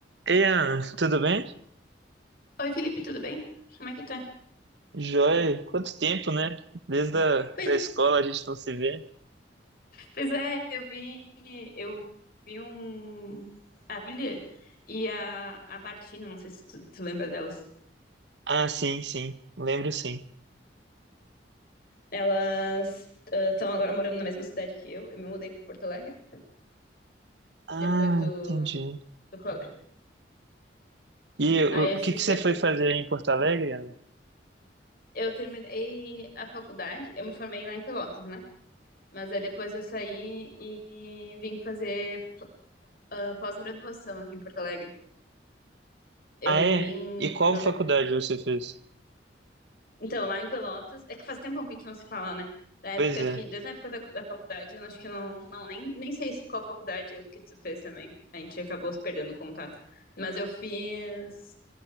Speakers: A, on the right; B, on the left.
A: Ei, Ana, tudo bem?
B: Oi, Felipe, tudo bem? Como é que tá?
A: Joia, quanto tempo, né? Desde a
B: Pois
A: da escola a gente não se vê.
B: Pois é, eu vi, eu vi um a Julia e a, a Martina, não sei se tu, tu lembra delas.
A: Ah, sim, sim, lembro sim.
B: Elas estão agora morando na mesma cidade que eu. Eu me mudei para Porto Alegre
A: Ah,
B: depois do,
A: entendi.
B: do colégio.
A: E o,
B: Aí esses
A: o que que você
B: tempos
A: foi fazer aí em Porto Alegre, Ana?
B: eu terminei a faculdade, eu me formei lá em Pelotas, né? Mas aí depois eu saí e vim fazer ah, pós-graduação aqui em Porto Alegre. Eu
A: Ah, é?
B: vim
A: E qual
B: pro
A: faculdade você fez?
B: Então, lá em Pelotas, é que faz tempo que a gente não se fala, né? Da época,
A: Pois é.
B: acho que desde a época da, da faculdade, eu acho que não, não nem, nem sei se- qual faculdade eu- que tu fez também. A gente acabou se perdendo o contato. Mas eu fiz